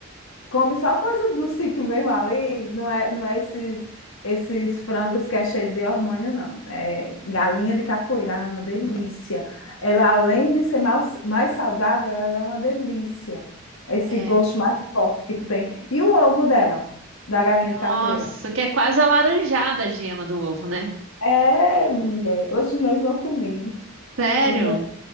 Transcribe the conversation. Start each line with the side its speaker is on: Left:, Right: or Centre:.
Left: come só coisa do sítio mesmo ali, não é, não é esses, esses frangos que é cheio de hormônio, não. É galinha de capoeira, é uma delícia. Ela, além de ser mais, mais saudável, ela é uma delícia. Esse
Right: É.
Left: gosto mais forte que tu tem. E o ovo dela, da galinha
Right: Nossa,
Left: de capoeira?
Right: que é quase alaranjada a gema do ovo, né?
Left: É, mulher, hoje mesmo eu comi.
Right: Sério?
Left: Hoje mesmo